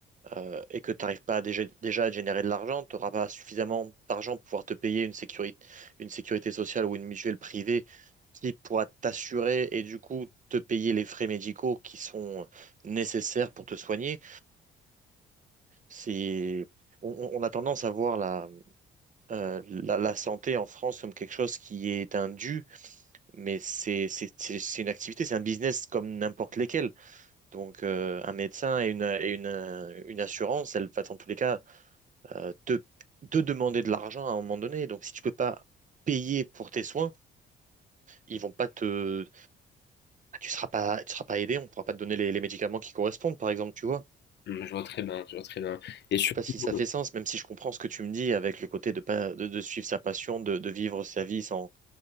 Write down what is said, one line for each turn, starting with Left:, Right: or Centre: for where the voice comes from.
Right: euh, et que tu n'arrives pas à déjà, déjà à générer de l'argent, tu n'auras pas suffisamment d'argent pour pouvoir te payer une sécurité, une sécurité sociale ou une mutuelle privée qui pourra t'assurer et du coup te payer les frais médicaux qui sont euh, nécessaires pour te soigner. C'est, on, on- on a tendance à voir la, euh, la, la santé en France comme quelque chose qui est un dû, mais c'est c'est- c'est- c'est une activité, c'est un business comme n'importe lesquels. Donc, euh, un médecin et une, et une, euh, une assurance, elle va dans tous les cas euh, te, te demander de l'argent à un moment donné. Donc, si tu peux pas payer pour tes soins, ils vont pas te, tu seras pas, tu seras pas aidé, on pourra pas te donner les, les médicaments qui correspondent, par exemple, tu vois.
Left: Mm, Je vois très bien, je vois très bien. Et surtout,
Right: Je sais pas si ça fait
Left: euh,
Right: sens, même si je comprends ce que tu me dis avec le côté de pas de, de suivre sa passion, de, de vivre sa vie sans,